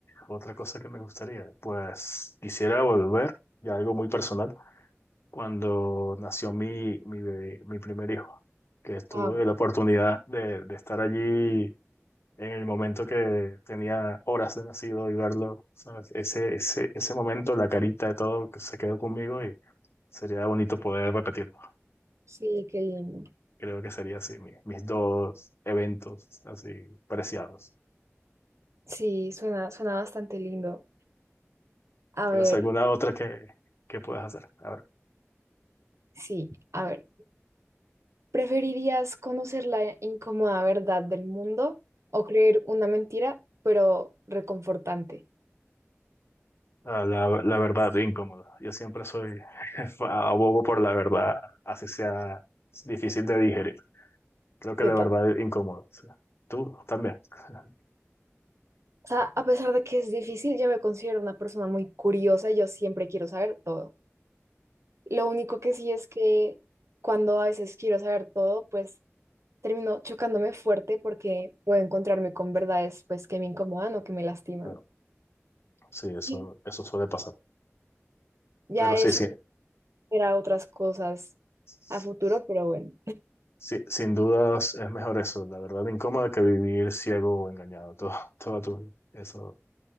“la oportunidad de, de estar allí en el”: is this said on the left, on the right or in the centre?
Left